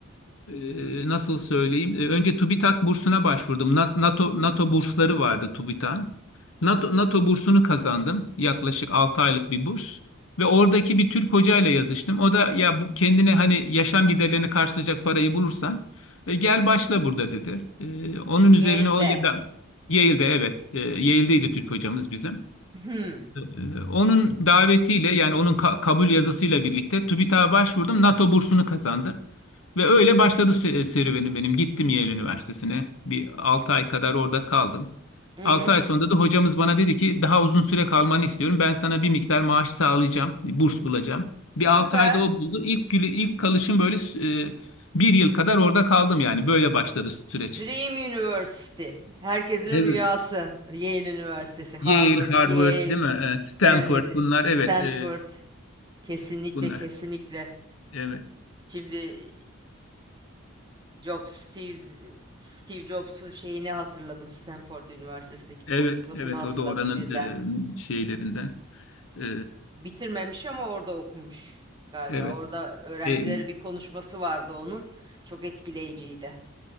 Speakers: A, on the left; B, on the right.
A: e, nasıl söyleyeyim? E, önce TÜBİTAK bursuna başvurdum. Na- NATO NATO bursları vardı TÜBİTAK'ın. NATO NATO bursunu kazandım. Yaklaşık 6 aylık bir burs. Ve oradaki bir Türk hocayla yazıştım. O da ya bu, kendine hani yaşam giderlerini karşılayacak parayı bulursan e, gel başla burada dedi. E, onun
B: Yale'de.
A: üzerine o ya da Yale'de evet. E, Yale'deydi Türk hocamız bizim.
B: Hmm.
A: E, onun davetiyle yani onun ka- kabul yazısıyla birlikte TÜBİTAK'a başvurdum. NATO bursunu kazandı. Ve öyle başladı se- serüvenim benim. Gittim Yale Üniversitesi'ne. Bir 6 ay kadar orada kaldım.
B: Hı
A: 6
B: hı.
A: ay sonunda da hocamız bana dedi ki daha uzun süre kalmanı istiyorum. Ben sana bir miktar maaş sağlayacağım. Burs bulacağım. Bir
B: Süper.
A: 6 ayda o buldu. İlk, gülü- ilk kalışım böyle e, bir yıl kadar orada kaldım yani. Böyle başladı süreç.
B: Dream University. Herkesin
A: Evet.
B: rüyası. Yale Üniversitesi, Harvard,
A: Yale, Harvard
B: Yale,
A: değil mi? E, Stanford
B: evet,
A: bunlar
B: Stanford.
A: evet e,
B: Kesinlikle,
A: bunlar.
B: kesinlikle.
A: Evet.
B: Şimdi Jobs, Steve, Steve Jobs'un şeyini hatırladım. Stanford Üniversitesi'ndeki
A: Evet,
B: konuşmasını
A: evet
B: hatırladım
A: o da oranın
B: birden.
A: e, şeylerinden. E,
B: Bitirmemiş ama orada okumuş galiba.
A: evet.
B: Orada öğrencilere
A: E,
B: bir konuşması vardı onun. Çok etkileyiciydi.